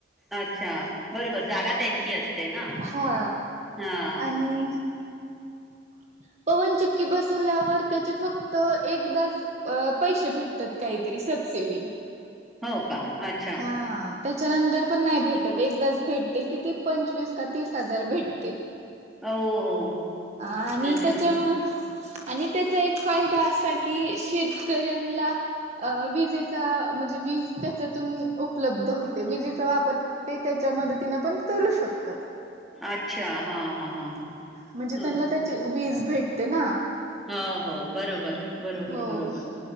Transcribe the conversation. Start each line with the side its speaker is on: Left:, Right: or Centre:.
Centre: अच्छा बरोबर जागा त्यांची असते ना
Right: हा
Centre: हा
Right: आणि <inaudible> पवनचक्की बसवल्यावर त्याचे फक्त एकदाच पैशे भेटतात काहीतरी स सेडी,
Centre: हो का अच्छा
Right: हा त्याच्यानंतर पण नाही भेट एकदाच भेटते किती पंचवीस का तीस हजार भेटते
Centre: अ. हो..
Right: आणि
Centre: अच्छा
Right: त्याच्या आणि त्याचा एक फायदा असा कि शेतकऱ्यांनला अ विजेचा म्हणजे वीज त्याच्यातून उपलब्ध होते विजेचा वापर ते त्याच्या त्या मदतीने पण करू शकतात.
Centre: अच्छा हा हा हा
Right: म्हणजे
Centre: हा
Right: त्यांना त्याची वीज भेटते ना
Centre: हो हो बरोबर बरोबर
Right: हो
Centre: बरोबर